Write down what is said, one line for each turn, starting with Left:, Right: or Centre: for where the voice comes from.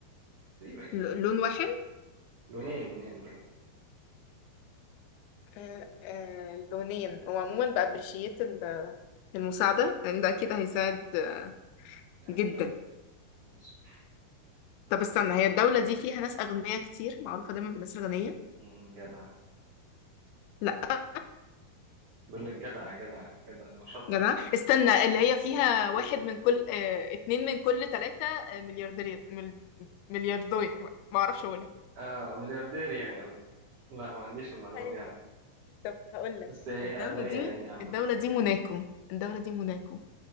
Right: تقريبا يعني
Left: ل- لون واحد
Right: لونين لونين لونين
Left: آه، آه، لونين وعموما بأبريشيت ال- المساعدة لأن ده أكيد هيساعد
Right: مم.
Left: آه،
Right: يعني
Left: جدا
Right: مش عارف بص.
Left: طب استنى هي الدولة دي فيها ناس أغنياء كتير معروفة دايما بالناس الغنية
Right: مم، جدع
Left: لا
Right: بقول لك جدع جدع جدع اللي هو شاطرة
Left: جدع استنى اللي هي فيها واحد من كل آه، اتنين من كل تلاتة آه، ملياردير مل- ملياردوي ما أعرفش أقولها
Right: اه ملياردير يعني قصدي لا ما عنديش المعلومة
Left: ايوه
Right: دي عنه
Left: طب هقول لك
Right: بس هي
Left: الدولة
Right: أغنية
Left: دي
Right: يعني عامة
Left: الدولة دي موناكو الدولة دي موناكو